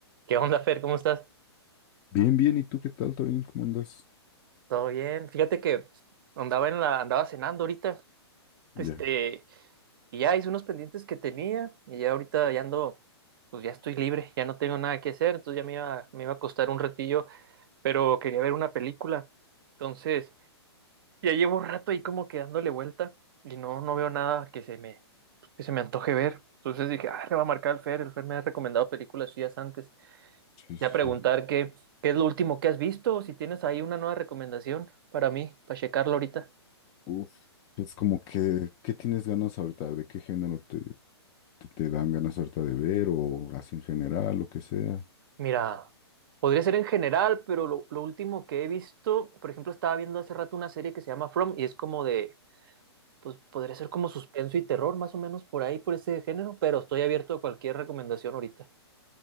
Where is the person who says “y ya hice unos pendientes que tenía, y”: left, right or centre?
Right